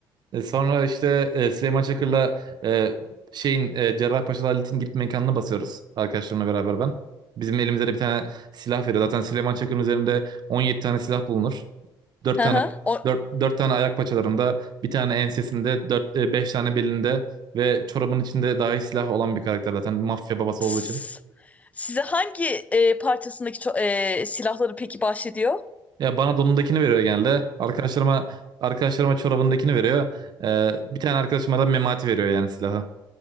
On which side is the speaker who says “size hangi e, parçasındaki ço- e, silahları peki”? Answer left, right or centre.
Left